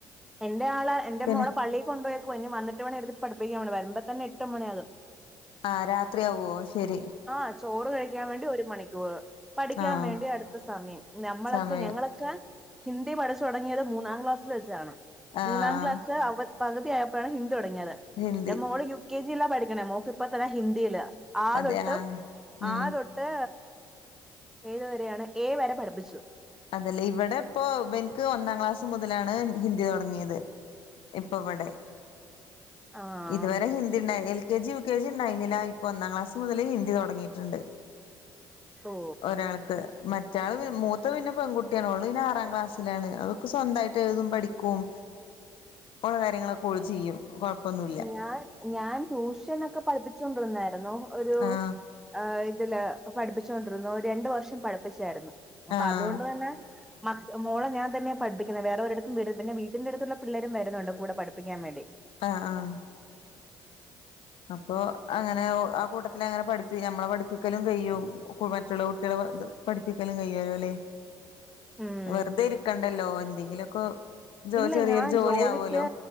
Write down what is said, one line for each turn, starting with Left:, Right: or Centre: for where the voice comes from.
Centre: എന്റെ ആള് എന്റെ
Left: പിന്നെ
Centre: മോളെ പള്ളി കൊണ്ടുപോയെക്കുവാ ഇനിവന്നിട്ട് വേണം ഇരുത്തി പഠിപ്പിക്കാ വരുമ്പോ തന്ന എട്ട് മണിയാകും
Left: ആഹ് രാത്രിയാവോ ശെരി
Centre: ആ ചോറ് കഴിക്കാൻ വേണ്ടി ഒരു മണിക്കൂറ് പഠിക്കാൻ
Left: ആഹ്
Centre: വേണ്ടി അടുത്ത സമയം നമ്മളൊക്കെ
Left: സമയം
Centre: ഞങ്ങളൊക്കെ ഹിന്ദി പഠിച്ചു തുടങ്ങിയത് മൂന്നാം ക്ലാസ്സില് വെച്ചാണ്
Left: ആഹ്
Centre: മൂന്നാം ക്ലാസ് അവ പകുതിആയപ്പളാ ഹിന്ദി തുടങ്ങിയത്
Left: ഹിന്ദി
Centre: ഇന്റെ മോള് യു കെ ജി യിലാ പഠിക്കണേ മോക്ക് ഇപ്പ തന്നെ ഹിന്ദിയില ആ
Left: അതെ
Centre: തൊട്ട്
Left: ആഹ് ഉം
Centre: ആ തൊട്ട് ഏതുവരെയാണ് ഏ വരെ പഠിപ്പിച്ചു
Left: അതല്ലേ ഇവടെ പ്പൊ ഇവൻക്ക് ഒന്നാം ക്ലാസ് മുതലാണ് ഹിന്ദി തുടങ്ങിയത് ഇപ്പൊ ഇവടെ
Centre: ആഹ്
Left: ഇതുവരെ ഹിന്ദിണ്ടായ്നി K G U K G ഉണ്ടായിരുന്നില്ല ഇപ്പോ ഒന്നാം ക്ലാസ് മുതൽ ഹിന്ദിതുടങ്ങിയിട്ടുണ്ട്
Centre: ഓ
Left: ഒരാൾക്ക് മറ്റാൾ മൂ ത് പിന്നെ പെൺകുട്ടിയാണ് ഓള് പിന്നെ ആറാം ക്ലാസ്സിലാണ് അതൊക്കെ സ്വന്തായിട്ട് എഴുതും പഠിക്കും ഓളെ കാര്യങ്ങളൊക്കെ ഓൾ ചെയ്യും കൊഴപ്പൊന്നു
Centre: ഞാൻ ഞാൻ ട്യൂഷനോക്കെ പഠിപ്പിച്ചൊണ്ടിരുന്നായിരുന്നു ഒരു
Left: ആഹ്
Centre: ആ ഇതില് പഠിപ്പിച്ചോണ്ടിരുന്നു രണ്ടു വർഷം പഠിപ്പിച്ചായിരുന്നു അപ്പൊ
Left: ആഹ്
Centre: അതുകൊണ്ട് തന്നെ മോള ഞാൻ തന്നാണ് പഠിപ്പിക്കുന്നത് വേറെഒരിടുത്തും വി പിന്നെ വീട്ടിന്റെ അടുത്തുള്ള പിള്ളേരും വരുന്നുണ്ട് കൂടെ പഠിപ്പിക്കാൻ വേണ്ടി
Left: ആ ആഹ് അപ്പൊ അങ്ങനെ ആ കൂട്ടത്തിലങ്ങനെ പഠിപ്പി ഞമ്മളെ പഠിപ്പിക്കലും കഴിയും മറ്റുള്ള കുട്ടിയളെ ഇത് പഠിപ്പിക്കലും കഴിയും ലെ ലേ
Centre: ഉം
Left: വെറുതെ ഇരിക്കണ്ടല്ലോ എന്തെങ്കിലൊക്കെ ജോ
Centre: ഇല്ല
Left: ചെറിയൊരു
Centre: ഞാൻ
Left: ജോലി
Centre: ജോലിക്ക്
Left: ആവൊലൊ